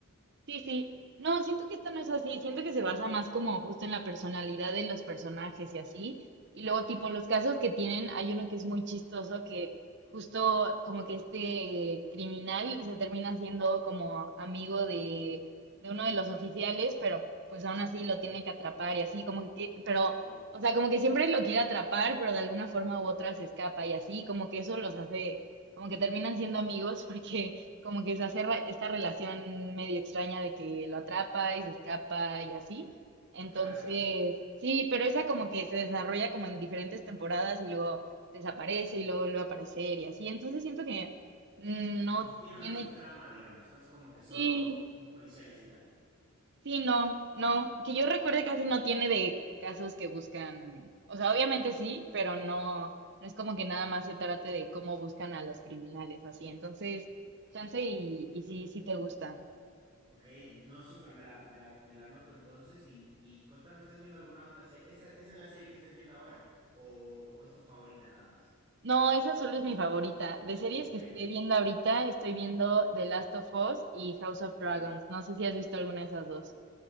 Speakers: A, on the right; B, on the right.
A: Sí, sí. No, siento que esta no es así. Siento que se basa más como justo en la personalidad de los personajes y así. Y luego,
B: Ok.
A: tipo, los casos que tienen, hay uno que es muy chistoso, que justo como que este criminal se termina siendo como amigo de, de uno de los oficiales, pero pues aún así lo tiene que atrapar y así, como que, pero,
B: Oh,
A: o sea, como que siempre lo quiere atrapar, pero de alguna forma u otra se escapa y así, como que eso los hace, como que terminan siendo amigos <laughs> porque como que se hace ra- esta relación medio extraña de que lo atrapa y se escapa y así. Entonces,
B: claro.
A: sí, pero esa como que se desarrolla como en diferentes temporadas y luego desaparece y luego vuelve a aparecer y así. Entonces siento que no
B: O sea, tiene
A: tiene,
B: una subtrama, digamos, no es como que solo
A: sí,
B: policiales y ya.
A: sí, no, no, que yo recuerde
B: Eh,
A: casi no tiene de casos que buscan, o sea, obviamente sí, pero no, no es como que nada más se trate de cómo buscan a los criminales así. Entonces, chance y, y sí, sí te gusta.
B: ok, no, súper, me la, me la, me la noto entonces y, y contame, ¿estás viendo alguna otra serie? ¿Esa, esa es la serie que estés viendo ahora o, o es tu favorita nada más?
A: No, esa solo es mi favorita. De series
B: Ok,
A: que estoy viendo ahorita, estoy viendo The Last of Us y House of Dragons.
B: ok.
A: No sé si has visto alguna de esas dos.